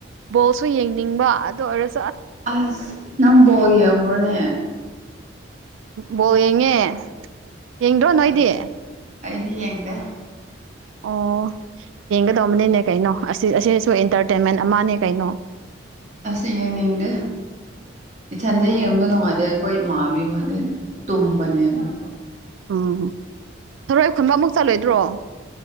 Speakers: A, on the right; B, on the right.
A: ꯕꯣꯜꯁꯨ ꯌꯦꯡꯅꯤꯡꯕ ꯑꯗꯨ ꯑꯣꯏꯔ
B: ꯑꯁ ꯅꯪ ꯕꯣꯜ ꯌꯦꯡꯕ꯭ꯔꯣꯅꯦ
A: ꯕꯣꯜ ꯌꯦꯡꯉꯦ ꯌꯦꯡꯗ꯭ꯔꯣ ꯅꯣꯏꯗꯤ
B: ꯑꯁ ꯑꯩꯗꯤ ꯌꯦꯡꯗꯦ
A: ꯑꯣ ꯌꯦꯡꯒꯗꯧꯕꯅꯤꯅꯦ ꯀꯩꯅꯣ ꯑꯁꯤ ꯑꯁꯤꯁꯨ ꯏꯟꯇꯔꯇꯦꯟꯃꯦꯟ ꯑꯃꯅꯦ ꯀꯩꯅꯣ
B: ꯑꯁ ꯌꯦꯡꯅꯤꯡꯗꯦ ꯏꯊꯟꯗ ꯌꯦꯡꯕ ꯅꯨꯡꯉꯥꯏꯇꯦ ꯑꯩꯈꯣꯏ ꯃꯥꯝꯃꯤ ꯈꯣꯏꯗꯩ ꯇꯨꯝꯕꯅꯤꯅꯀꯣ
A: ꯎꯝ ꯊꯔꯣꯏ ꯈꯨꯟꯕ ꯑꯃꯨꯛ ꯆꯠꯂꯣꯏꯗ꯭ꯔꯣ